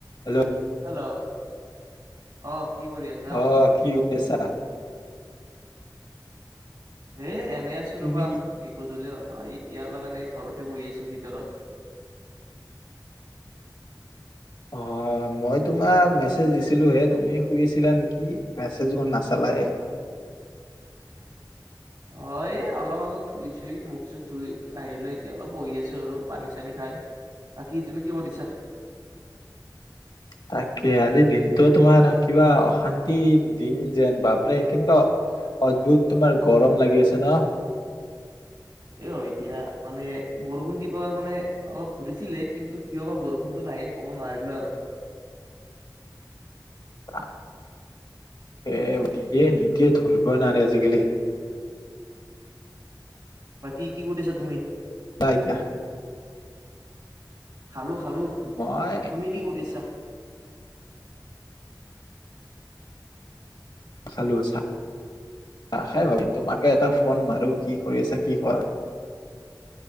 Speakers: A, on the left (about 75°); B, on the right (about 70°).
A: Hello.
B: Hello. অহ' কি কৰি আছ?
A: অ' কি কৰি আছা?
B: এ' এনেই আছো
A: তুমি
B: ৰ'বা। এই গধূলি হ'ল নহয় এতিয়া অলপ এনেই ঘৰতে বহি আছো ভিতৰত।
A: অ'। মই তোমাক মেছেজ দিছিলো হে তুমি শুই আছিলা নেকি মেছেজ বোৰ নাচালাই।
B: অ' এই অলপ আগত থুই-ছোই মুখ-চুখ ধুই আহিলো এতিয়া অলপ বহি আছো আৰু পানী-চানী খাই। বাকী' তুমি কি কৰিছা?
A: তাকে, আজিৰ দিনটো তোমাৰ কিবা অশান্তি দিন যেন বাপৰে কেনেকুৱা- অদ্ভুত তোমাৰ গৰম লাগি আছে ন।
B: এ' হয় দিয়া। মানে বৰষুণ দিব মানে অলপ ধৰিছিলে কিন্তু কিয় বা বৰষুণতো নাহিল। ক'ব নোৱাৰিলোঁ আৰু।
A: তাকে দিয়ে নিদিয়ে ধৰিব নোৱাৰে আজিকালি।
B: বাকী' কি কৰি আছা তুমি?
A: <unintelligible>
B: খালো-খালো।
A: মই
B: তুমি কি কৰিছা?
A: খালো চাহ খাই ভাবি তোমাকে এটা ফোন মাৰো কি কৰি আছা কি কৰা।